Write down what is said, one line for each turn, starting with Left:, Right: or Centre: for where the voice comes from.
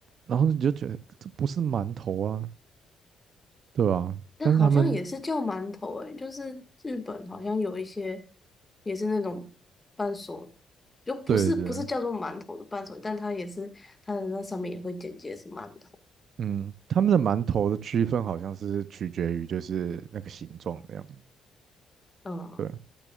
Right: 然后你就觉得这不是馒头啊，对啊，
Left: 那好像也是叫馒头诶、
Right: 但是他们
Left: 就是日本好像有一些也是那种伴手，就不是不是叫做馒头的伴手，
Right: 对对，
Left: 但它也是它的那上面也会简介是馒头。
Right: 嗯，他们的馒头的区分好像是取决于就是那个形状的样子，
Left: 嗯
Right: 对